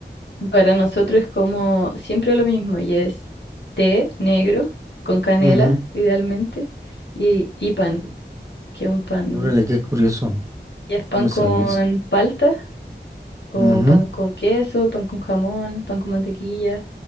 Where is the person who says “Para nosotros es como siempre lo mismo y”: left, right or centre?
Left